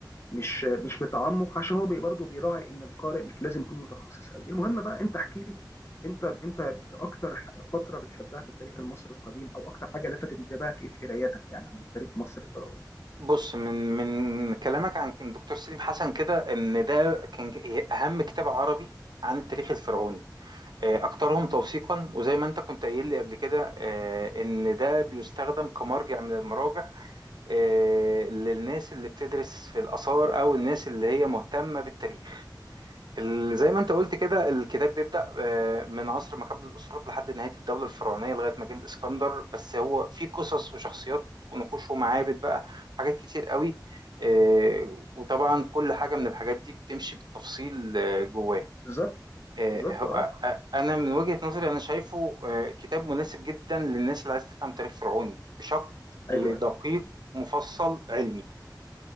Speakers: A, on the left; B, on the right.
A: مش مش بتعمق عشان هو بي- برضه بيراعي ان القارئ مش لازم يكون متخصص قوي المهم بقى انت احكي لي انت انت اكتر ح- فتره بتحبها في التاريخ المصري القديم او اكتر حاجه لفتت انتباهك ايه في قرايتك يعني عن تاريخ مصر الفرعوني
B: بص من من كلامك عن الدكتور سليم حسن كده ان ده كان اهم كتاب عربي عن التاريخ الفرعوني آه، اكثرهم توثيقا وزي ما انت كنت قايل لي قبل كده آه، ان ده بيستخدم كمرجع من المراجع آه، للناس اللي بتدرس في الاثار او الناس اللي هي مهتمة بالتاريخ ال- زي ما انت قلت كده الكتاب بيبدأ آه، من عصر ما قبل الأسرات لحد نهاية الدولة الفرعونية لغاية ما جه الإسكندر بس هو فيه قصص وشخصيات ونقوش ومعابد بقى حاجات كتير قوي آه، وطبعا كل حاجة من الحاجات دي بتمشي بالتفصيل آه، جواه
A: بالظبط
B: آه،
A: بالظبط
B: هو-
A: اه
B: آه، آه، أنا من وجهة نظري أنا شايفه آه، كتاب مناسب جدا للناس اللي عايز تفهم تاريخ فرعوني بشكل
A: ايوه
B: دقيق مفصل علمي